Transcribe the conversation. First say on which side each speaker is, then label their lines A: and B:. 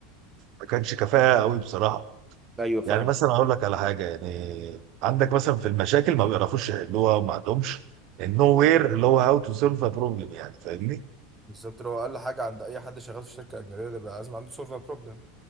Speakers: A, on the right (about 50°); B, on the right (about 15°).
A: ما كانش كفاءه قوي بصراحه
B: ايوه فاهمك
A: يعني مثلا اقول لك على حاجه يعني عندك مثلا في المشاكل ما بيعرفوش يحلوها وما عندهمش النو وير اللي هو هاو تو سولف ا بروبلم يعني فاهمني
B: بالظبط لو اقل حاجه عند اي حد شغال في شركه اجنبيه ده بقى لازم عنده سيرفر بروبلم